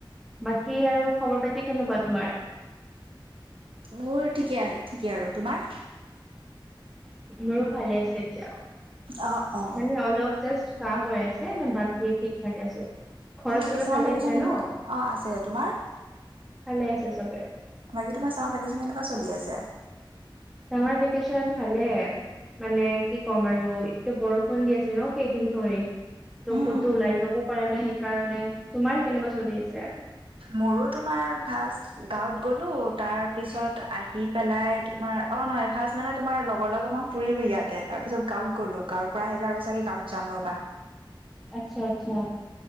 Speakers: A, in the centre; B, on the right.
A: বাকী আৰু খবৰ পাতি কেনেকুৱা তোমাৰ।
B: মোৰ ঠিকে আৰু ঠিকে আৰু তোমাৰ।
A: মোৰো ভালে আছে দিয়া
B: অ অ
A: মানে অলপ জাছ। কাহ হৈ আছে নে বাকী ঠিক থাকে আছো। ঘৰত
B: বাকি
A: চবে
B: চামাৰ
A: ভালে
B: ভেকেচন
A: আছে
B: কেনেকুৱ,
A: ন?
B: অ‌ আছে তোমাৰ।
A: ভালে আছে চবে।
B: বাকী তোমাৰ চামাৰ ভেকেচন কেনেকুৱা চিলি আছে।
A: চামাৰ ভেকেচন ভালে। মানে কি ক'ম আৰু এটো বৰষুণ দি আছে ন কেইদিন ধৰি। ত
B: উম
A: ক'তো
B: উম উম।
A: ওলাই যাবও পাৰা নাই সেইকাৰণে তোমাৰ কেনেকুৱা চলি আছে।
B: মোৰো তোমাৰ ফাৰ্ষ্ট গাঁৱত গ'লো তাৰ পিছত আহি পেলাই তোমাৰ অ নহয় ফাৰ্ষ্ট মানে তোমাৰ লগৰ লগত অকন ফুৰিলো ইয়াতে তাৰ পিছত গাঁৱত গ'লো গাঁৱৰ পৰা আহিলে আৰু চাগে গাঁৱত যাম ৰবা।
A: আচ্ছা আচ্ছা